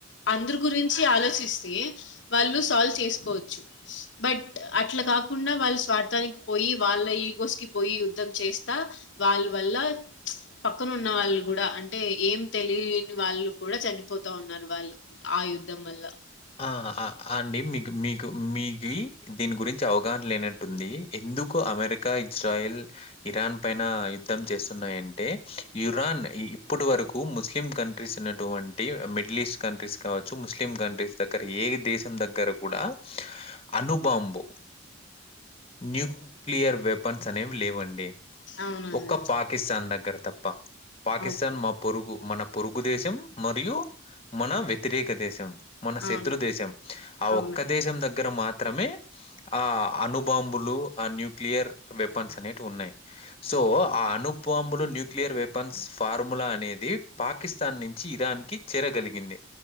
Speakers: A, on the left; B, on the left.
A: అందరు గురించి ఆలోచిస్తే వాళ్ళు సాల్వ్ చేసుకోవచ్చు బట్ అట్లా కాకుండా వాళ్ళ స్వార్థానికి పోయి వాళ్ళ ఈగోస్ కి పోయి యుద్ధం చేస్తా వాళ్ళు వల్ల పక్కన ఉన్న వాళ్ళు కూడా అంటే ఏం తెలియని వాళ్ళు కూడా చనిపోతా ఉన్నారు వాళ్ళు ఆ యుద్ధం వల్ల
B: ఆ అండి మీకు మీకు మీకు దీని గురించి అవగాహన లేనట్టుంది ఎందుకు అమెరికా ఇజ్రాయిెల్ ఇరాన్ పైన యుద్ధం చేస్తున్నాయంటే ఇరాన్ ఇప్పుడు వరకు ముస్లిం కంట్రీస్ ఉన్నటువంటి మిడిల్ ఈస్ట్ కంట్రీస్ కావచ్చు ముస్లిం కంట్రీస్ దగ్గర ఏ దేశం దగ్గర కూడా అనుబాంబు న్యూక్లియర్ వెపన్స్ అనేవి లేవండి
A: అవునండి
B: ఒక్క పాకిస్తాన్ దగ్గర కర్తం పాకిస్తాన్
A: ఓకే
B: మా పొరుగు మన పొరుగు దేశం మరియు మన వ్యతిరేక దేశం మన
A: అవును
B: శత్రు దేశం ఆ
A: అవునండి
B: ఒక్క దేశం దగ్గర మాత్ర మాత్రమే ఆ అనుబాంబులు ఆ న్యూక్లియర్ వెపన్స్ అనేటివి ఉన్నాయి సో ఆ అను అనుబంబులు న్యూక్లియర్ వెపన్స్ ఫార్ములా అనేది పాకిస్తాన్ నుంచి ఇరాన్కి చేరగలిగింది